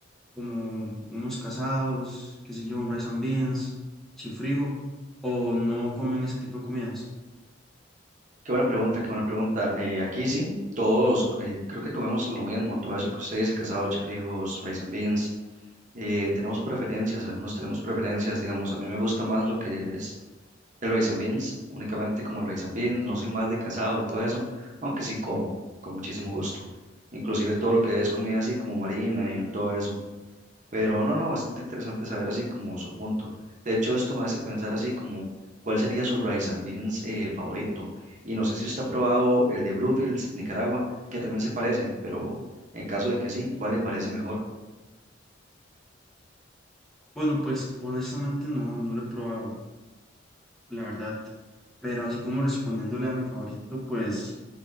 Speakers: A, in the centre; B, on the right (about 40°).
A: como unos casados, qué sé yo, un rice and beans, chifrijo, o no comen ese tipo de comidas.
B: Qué buena pregunta, qué buena pregunta. Eh, aquí sí, todos eh, creo que comemos lo mismo, todo eso que ustedes dice, casado, chifrijos, rice and beans. Eh, tenemos preferencias, algunos tenemos preferencias, digamos, a mí me gusta más lo que es el rice and beans, únicamente como el rice and beans, no soy más de casado y todo eso, aunque sí como, con muchísimo gusto. Inclusive todo lo que es comida así como marina y todo eso. Pero no, no, bastante interesante saber así como su punto. De hecho, esto me hace pensar así como cuál sería su rice and beans eh, favorito. Y no sé si usted ha probado el de Bluefields, Nicaragua, que también se parece, pero en caso de que sí, ¿cuál le parece mejor?
A: Bueno, pues honestamente no, no lo he probado, la verdad, pero así como respondiéndole a mi favorito, pues...